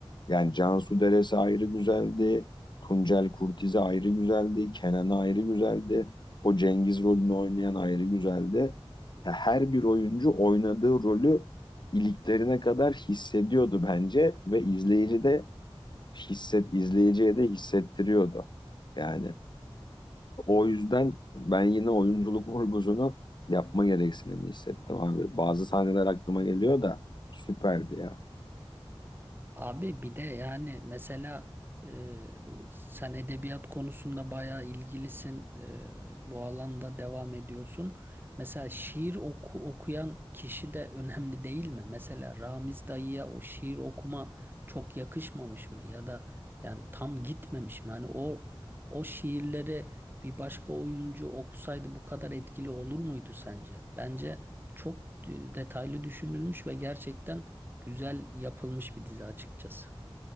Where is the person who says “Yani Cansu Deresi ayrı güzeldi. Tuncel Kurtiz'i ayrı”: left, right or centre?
Left